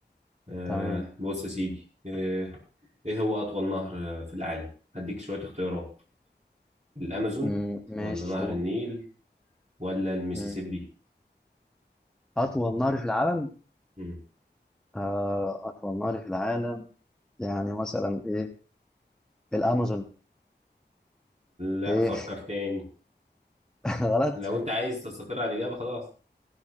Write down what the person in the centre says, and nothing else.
تمام
مم، ماشي
قول
مم. اطول نهر في العالم
آه اطول نهر في العالم يعني مثلا ايه الامازون
ايه
<laughs> غلط